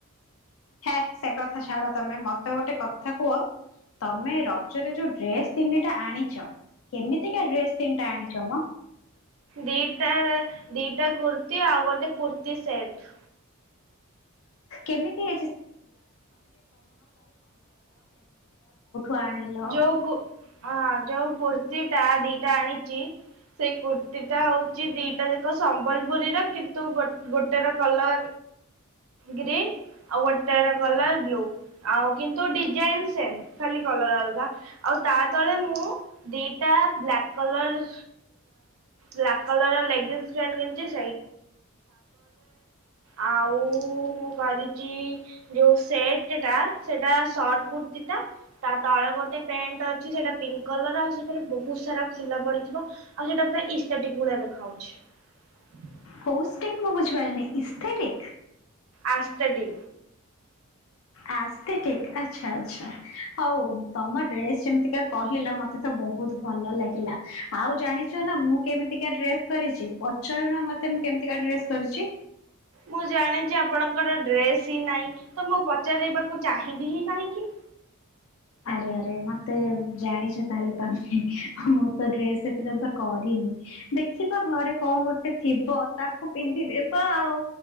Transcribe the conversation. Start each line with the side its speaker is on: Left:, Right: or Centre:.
Left: ହେ ସେ କଥା ଛାଡ ତମେ ମତେ ଗୋଟେ କଥା କୁହ ତମେ ରଜରେ ଯୋଉ ଡ୍ରେସ ତିନିଟା ଆଣିଛ କେମିତିକାଡ୍ରେସ ତିନଟା ଆଣିଛ ମ?
Right: ଦିଟା ଦିଟା କୁର୍ତି ଆଉ ଗୋଟେ କୁର୍ତ୍ତି ସେଟ
Left: <inaudible> <inaudible> ଆଣିଲ।
Right: ଯୋଉ କୁ ହଁ ଯୋଉଁ କୁର୍ତ୍ତିୀ ଟା ଦିଟା ଆଣିଛି ସେଇ କୁର୍ତିୀଟା ହଉଛି ଦିଟା ଯାଖ ସମ୍ବଲପୁରୀର କିନ୍ତୁ ଗୋଟେ ର କଲର ଗ୍ରୀନ ଆଉ ଗୋଟେ ର କଲର ବ୍ଲୁ ଆଉ କିନ୍ତୁ ଡିଜାଇନ ସେମ ଖାଲି କଲର ଆଉ ଆଉ ତା ତଳେ ମୁଁ ଦିଟା ବ୍ଲାକ କଲର ବ୍ଲାକ କଲର ଲେଗେସ ଆଉ ମୁଁ କରିଛି ଯୋଉ ସେଟ ଟା ସେଟା ସେଟ କୃତୀ ଟା ତା ତଳେ ଗୋଟେ ପ୍ୟାଣ୍ଟ ଅଛି ସେଟା ପିଙ୍କ କଲର ଆଉ ସେଥିରେ ବହୁତ ସାରା ଫୁଲ ପଡିଥିବ ଆଉ ସେଟା ପୁରା ଇଷ୍ଟାକି ଭଲି ଦେଖ ଯାଉଛି।
Left: କୌଷ୍ଟିକ ମୁଁ ବୁଝିପାରିଲିନି ଇଷ୍ଟାକି।
Right: ଆସ୍ତଡ଼ି
Left: ଆଷ୍ଟେଷ୍ଟିକି ଆଛା ଆଚ୍ଛା ହଉ ତମ ଡ୍ରେସ ଯେମିତିକା କହିଲ ମତେ ତ ବହୁତ ଭଲ ଲାଗିଲା ଆଉ ଜାଣିଛ ନା ମୁଁ କେମିତିକା ଡ୍ରେସ କରିଛି ପଚାରୁ ନା ମତେ ମୁଁ କେମିତିକା ଡ୍ରେସ୍ କରିଛି।
Right: ମୁଁ ଜାଣିଛି ଆପଣଙ୍କର ଡ୍ରେସ ହିଁ ନାହିଁ ତ ମୁଁ ପଚାରବାକୁ ଚାହିଁବି ହିଁ କାହିଁକି।
Left: ଆରେ ଆରେ ମତେ ଜାଣିଛ ତାହେଲେ <inaudible> ଡ୍ରେସ ଏପର୍ଯ୍ୟନ୍ତ କରିନି ଦେଖିବା ଘରେ କଣ ଗୋଟେ ଥିବ ତାକୁ ପିନ୍ଧିଦବା ଆଉ